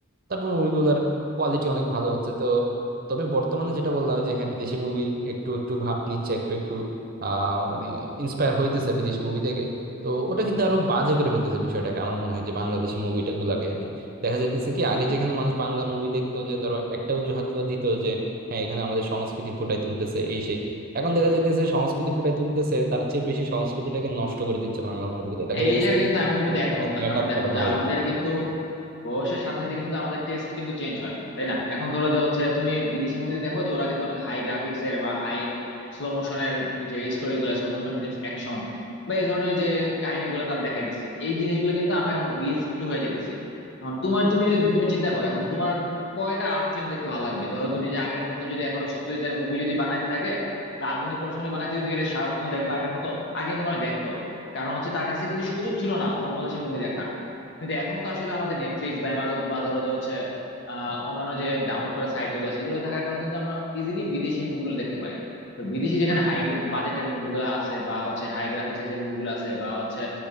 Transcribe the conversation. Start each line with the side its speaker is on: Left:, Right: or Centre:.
Right: তারপর মুভিগুলোর কোয়ালিটি অনেক ভালো হচ্ছে তো তবে বর্তমানে যেটা বললাম যে হ্যাঁ বিদেশি মুভির একটু একটু ভাব নিচ্ছে একটু একটু আহ মানে ইন্সপায়ার হইতেছে বিদেশি মুভি থেকে তো ওটা কিন্তু আরো বাজে করে ফেলতেছে বিষয়টাকে আমার মনে হয় যে বাংলাদেশি মুভিটা গুলাকে আর কি দেখা যাইতেছে কি আগে যেখানে মানুষ বাংলা মুভি দেখতো যে ধরো একটা অজুহাত তো দিত যে হ্যাঁ এখানে আমাদের সংস্কৃতি ফুটাই তুলতেছে এই সেই এখন দেখা যাইতেছে সংস্কৃতি ফুটাই তুলতেছে তার চেয়ে বেশি সংস্কৃতিটাকে নষ্ট করে দিচ্ছে বাংলা মুভিগুলো দেখা যাইতেছে
Left: এই জায়গায় কিন্তু আমি তুমি
Right: পাকিস্তানের
Left: হয়তো একমত না
Right: গেট
Left: কারণ
Right: আপটা
Left: দেখো
Right: ভাই
Left: যে আমাদের কিন্তু বয়সের সাথে সাথে কিন্তু আমাদের টেস্ট কিন্তু চেঞ্জ হয় তাই না এখন ধরো যে হচ্ছে তুমি বিদেশি মুভিতে দেখো যে ওরা কিন্তু অনেক হাই গ্রাফিক্স এর বা হাই স্লো মোশনের যে স্টোরি গুলা স্লো মোশনের যে অ্যাকশন বা এই ধরনের যে কাহিনীগুলো তারা দেখাইতেছে এই জিনিসগুলো কিন্তু আমরা এখন উইজ টু হয়ে যেতেছি এখন তোমার তুমি যদি- তুমি চিন্তা করো এখন তোমার কয়টা আর্ট ফিল্ম দেখতে ভালো লাগবে ধরো তুমি যে আগের মতো যদি এখন সত্যজিতের মুভি যদি বানাইতে থাকে বা আগুনে পড়াশোনা বানাইতে তুমি কি এটা সারাক্ষণ দেখবা আগের মতো আগে কিন্তু মানে দেখতো কারণ হচ্ছে তার কাছে কিন্তু সুযোগ ছিল না অন্য দেশে মুভি দেখার কিন্তু এখন তো আসলে আমাদের নেটফ্লিক্স বা অ্যামাজন বা ধরো যে হচ্ছে আহ অন্যান্য যে ডাউনলোড করার সাইট যেগুলো আছে এগুলো থাকার কারণে কিন্তু আমরা ইজিলি বিদেশি মুভিগুলো দেখতে পারি তো বিদেশি যেখানে হাই বাজেটের মুভিগুলো আছে বা হচ্ছে হাই গ্রাফিক্সের যে মুভিগুলো আছে বা হচ্ছে